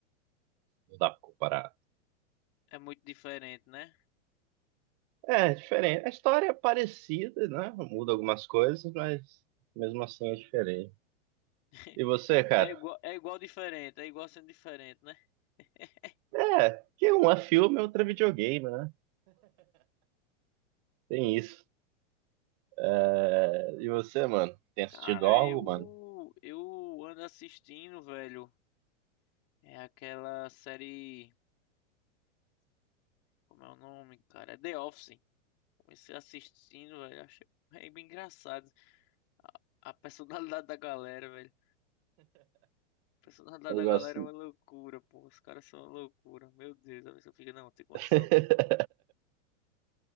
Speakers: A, on the right; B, on the left.
A: não dá pra comparar.
B: É muito diferente, né?
A: É, é diferente. A história é parecida, né? Muda algumas coisas, mas mesmo assim é diferente.
B: <laughs>
A: E você, cara?
B: É igual, é igual diferente, é igual sendo diferente, né? <laughs>
A: É, que um é filme, outro é videogame, né? Tem isso. É, e você, mano? Tem assistido
B: Cara,
A: algo,
B: eu
A: mano?
B: eu ando assistindo, velho. É aquela série, como é o nome, cara? É The Office. Comecei assistindo, velho. Achei é bem engraçado. A, a personalidade <laughs> da galera, velho. A personalidade
A: Eu
B: da
A: gosto.
B: galera é uma loucura, pô. Os caras são uma loucura. Meu Deus, a pessoa fica, não, não tem condição
A: <laughs>
B: não.